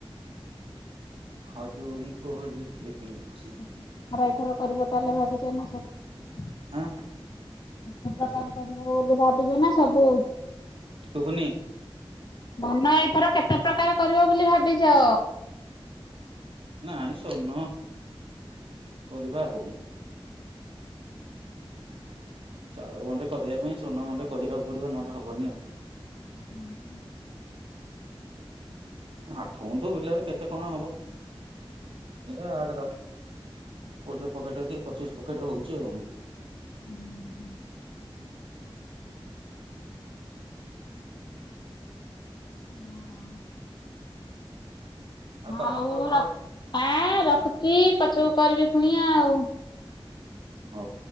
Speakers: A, on the right; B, on the left.
A: ଖଜୁରି କୋଳି ହେ ହେଇଚି।
B: କେତେ ପ୍ରକାର ଏଇଥର କରିବ ତାହେଲେ ଭାବିଛ ନା ସବୁ?
A: ଆଁ
B: କେତେ ପ୍ରକାର କରିବ ବୋଲି ଭାବିଚ ନା ସବୁ?
A: ଶୁବୁନି?
B: ଧାନ ଏଇଥର କେତେ ପ୍ରକାର କରିବ ବୋଲି ଭାବିଚ?
A: ନାଇଁ ସୋର୍ଣ୍ଣ କରିବା ଆଉ। ଚାଉଳ ଗଣ୍ଡେ କରିବା ପାଇଁ ସ୍ଵର୍ଣ୍ଣ ଗଣ୍ଡେ କରିବାକୁ ପଡିବ ନହେଲେ ହବନି ଆଉ।
B: ଉଁ ହୁଁ।
A: ଆଠଗୁଣ୍ଠୁ ବିଲରେ କେତେ କଣ ହବ। ଏ ଆଠ ଦଶ କୋଡିଏ ପକେଟ କି ପଚିଶି ପକେଟ ହଉଛି ଆଉ।
B: ହୁଁ ହୁଁ। ହଁ।
A: ତମର
B: ଆଉ
A: ତ ବିଲ
B: ର ଆଁ ରଖୁଛି ପଛୁକୁ କରିବି ପୁଣି ଆଉ।
A: ହଉ।